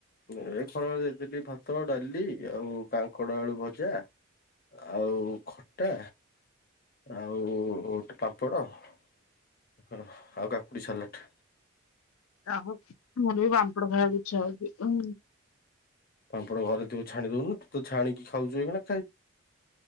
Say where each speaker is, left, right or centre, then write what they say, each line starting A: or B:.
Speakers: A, on the left; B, on the left.
A: ଏ ଖରାବେଳେ <unintelligible> ଦେଇଥିଲି ଭାତ ଡାଲି ଆଉ କାଙ୍କଡ ଆଳୁ ଭଜା ଆଉ ଖଟା ଆଉ ଗୋଟେ ପାମ୍ପଡ଼ ହ ଆଉ କାକୁଡି ସାଲେଟ୍।
B: ଆ ମୁଁ ବି ପାମ୍ପଡ ଖାଇବା କୁ ଇଛାହଉଛି ହଁ
A: ପାମ୍ପଡ ଘରେ ଥିବ ଛାଣି ଦଉୁନୁ ତୁ ତ ଛାଣିକି ଖାଉଛୁ ଏହିଖିଣା